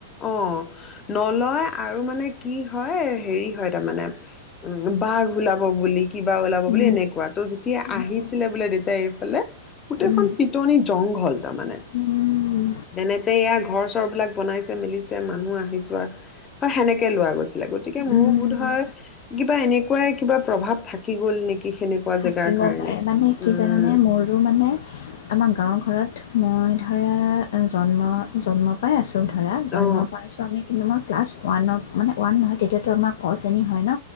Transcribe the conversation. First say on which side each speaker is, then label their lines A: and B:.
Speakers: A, on the left; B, on the left.
A: অঁ নলয় আৰু মানে কি হয় হেৰি হয় তাৰমানে উম বাঘ ওলাব বুলি কিবা ওলাব
B: উম,
A: বুলি এনেকুৱা ত' যেতিয়া আহিছিলে
B: উম,
A: বোলে দেউতয়া এইফালে গোটেইখন
B: উম,
A: পিটনি জংঘল তাৰমানে
B: উম,
A: তেনেতে ইয়াৰ ঘৰ চৰ বিলাক বনাইছে মেলিছে মানুহ আহি ছোৱা হয় সেনেকৈ লোৱা গৈছিলে গতিকে মোৰ
B: উম,
A: বোধ হয় কিবা এনেকুৱাই কিবা প্ৰভাৱ থাকি গ'ল নেকি সেনেকুৱা
B: থাকিব
A: জেগাৰ কাৰণে
B: পাৰে মানে কি
A: উম
B: জানানে মোৰো মানে আমাৰ গাঁও ঘৰত মই ধৰা জন্ম জন্মৰ পৰাই আছোঁ চব ধৰা জন্ম
A: অ
B: পাইছোঁ আমি কিন্তু মই ক্লাছ ওৱানৰ মানে ৱ নহয় তেতিয়াতো আমাৰ ক চেনি হয় ন